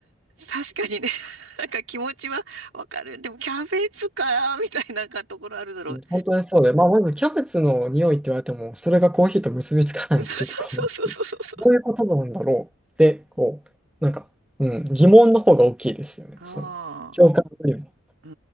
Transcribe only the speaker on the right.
確かにね、<laughs> なんか気持ちはわかる。でもキャベツか、みたいなところあるだろう。
<laughs> そうそうそうそうそうそう。
あ
あ、う